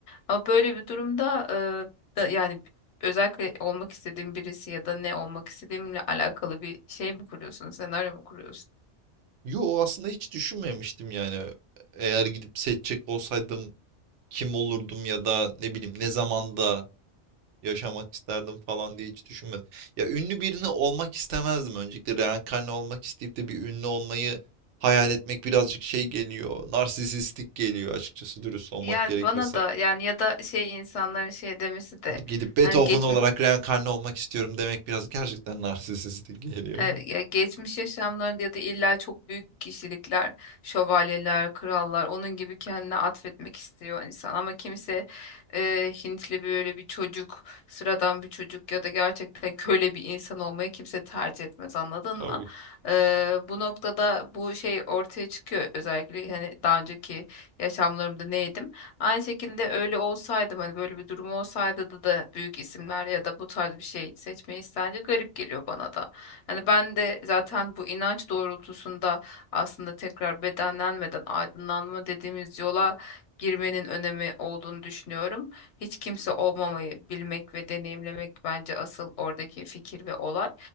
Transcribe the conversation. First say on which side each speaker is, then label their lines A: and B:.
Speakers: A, on the left (about 80°); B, on the right (about 85°).
A: Ama böyle bir durumda eee, da, yani özellikle olmak istediğim birisi ya da ne olmak istediğimle alakalı bir şey mi kuruyorsun, senaryo mu kuruyorsun?
B: Yo aslında hiç düşünmemiştim yani. Eğer gidip seçecek olsaydım kim olurdum ya da ne bileyim ne zamanda yaşamak isterdim falan diye hiç düşünmedim. Ya ünlü birini olmak istemezdim öncelikle. Reenkarne olmak isteyip de bir ünlü olmayı hayal etmek birazcık şey geliyor. Narsisistik geliyor açıkçası dürüst olmak
A: Yani
B: gerekirse.
A: bana da yani ya da şey insanların şey demesi de
B: Hani gidip Beethoven
A: hani geç,
B: olarak reenkarne olmak istiyorum demek biraz gerçekten <laughs> narsisistik geliyor yani.
A: E, ya geçmiş yaşamlarında ya da illa çok büyük kişilikler, şövalyeler, krallar onun gibi kendine atfetmek istiyor insan. Ama kimse e, Hintli böyle bir çocuk, sıradan bir çocuk ya da gerçekten köle bir insan olmayı kimse tercih etmez anladın
B: Tabii.
A: mı?
B: ki.
A: E, bu noktada bu şey ortaya çıkıyor. Özellikle hani daha önceki yaşamlarımda neydim? Aynı şekilde öyle olsaydım hani böyle bir durum olsaydı da, da büyük isimler ya da bu tarz bir şey seçmeyi isterdi garip geliyor bana da. Hani ben de zaten bu inanç doğrultusunda aslında tekrar bedenlenmeden aydınlanma dediğimiz yola girmenin önemi olduğunu düşünüyorum. Hiç kimse olmamayı bilmek ve deneyimlemek bence asıl oradaki fikir ve olay.